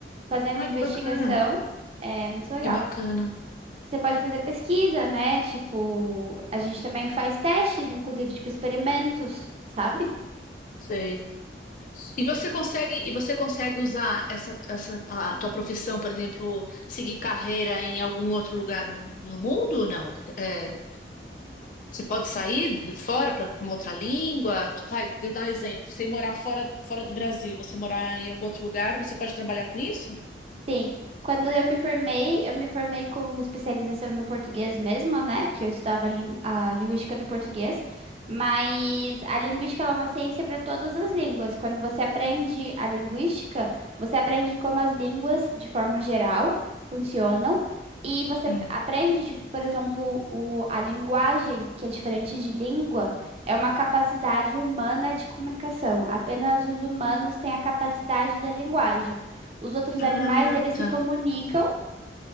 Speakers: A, on the right (about 35°); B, on the left (about 45°).
A: fazendo
B: Ah,
A: investigação.
B: que bacana,
A: É muito legal.
B: que bacana.
A: Você pode fazer pesquisa, né? Tipo, a gente também faz testes, inclusive, tipo, experimentos, sabe?
B: Sei. E você consegue, e você consegue usar essa, essa a tua profissão, por exemplo, seguir carreira em algum outro lugar no, no mundo ou não? É. Você pode sair de fora para uma outra língua? Tipo, Vai, vou dar um exemplo. Você morar fora, fora do Brasil, você morar em algum outro lugar, você pode trabalhar com isso?
A: Sim, quando eu me formei, eu me formei com especialização no português mesmo, né? Porque eu estudava lin- a linguística do português, mas a linguística ela é uma ciência para todas as línguas. Quando você aprende a linguística, você aprende como as línguas, de forma geral, funcionam, e você
B: Hum.
A: p- aprende, tipo, por exemplo, o, a linguagem, que é diferente de língua, é uma capacidade humana de comunicação. Apenas os humanos têm a capacidade da linguagem. Os outros
B: Ah,
A: animais, eles se
B: tá.
A: comunicam,